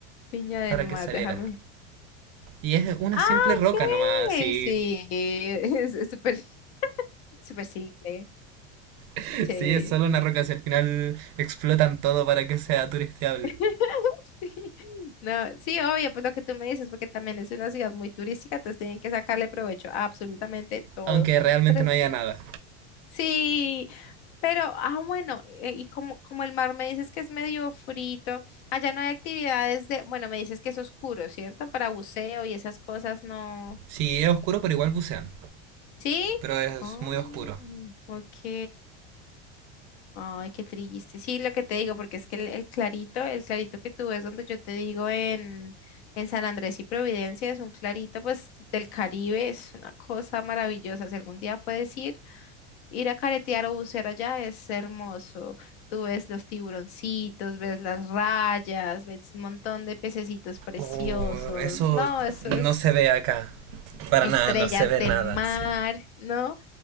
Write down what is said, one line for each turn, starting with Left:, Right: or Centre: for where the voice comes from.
Left: Viña del
Right: para
Left: Mar,
Right: que saliera.
Left: déjame.
Right: Y es una
Left: Ah,
Right: simple roca
Left: ok.
Right: nomás, sí.
Left: Sí, es es súper, súper simple.
Right: <laughs>
Left: Sí.
Right: Sí, es solo una roca, si al final explotan todo para que sea turisteable.
Left: <laughs> Sí. No, sí, obvio, pues lo que tú me dices, porque también es una ciudad muy turística, entonces tienen que sacarle provecho a absolutamente todo.
Right: Aunque realmente
Left: pero
Right: no haya nada.
Left: Sí, pero, ah, bueno, eh, y como, como el mar me dices que es medio frito, allá no hay actividades de, bueno, me dices que es oscuro, ¿cierto? Para buceo y esas cosas, no.
Right: Sí, es oscuro, pero igual bucean.
Left: ¿Sí?
Right: Pero es
Left: Oh,
Right: muy oscuro.
Left: ok. Ay, qué triste. Sí, lo que te digo, porque es que el, el clarito, el clarito que tú ves donde yo te digo en, en San Andrés y Providencia, es un clarito, pues, del Caribe, es una cosa maravillosa. Si algún día puedes ir. Ir a caretear o bucear allá es hermoso. Tú ves los tiburoncitos, ves las rayas, ves un montón de pececitos preciosos.
Right: Oh, eso
Left: No, eso
Right: no
Left: es
Right: se ve acá. Para
Left: estrellas
Right: nada, no se ve
Left: de
Right: nada,
Left: mar,
Right: sí.
Left: ¿no?